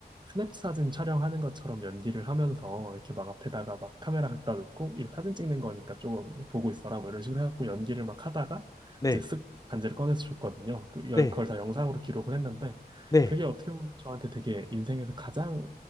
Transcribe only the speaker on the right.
스냅 사진 촬영하는 것처럼 연기를 하면서 이렇게 막 앞에다가 막 카메라 갖다 놓고 이거 사진 찍는 거니까 조금 뭐 보고 있어라 뭐 이런 식으로 해갖고 연기를 막 하다가
이제 쓱 반지를 꺼내서 줬거든요. 그
열- 그걸 다 영상으로 기록을 했는데
그게 어떻게 보면 저한테 되게 인생에서 가장